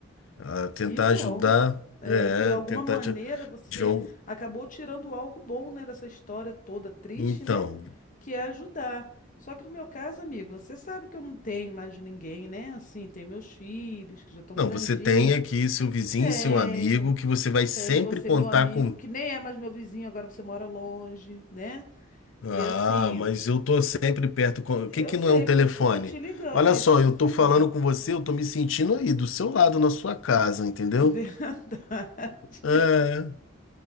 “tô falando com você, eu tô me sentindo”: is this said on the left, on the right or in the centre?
Left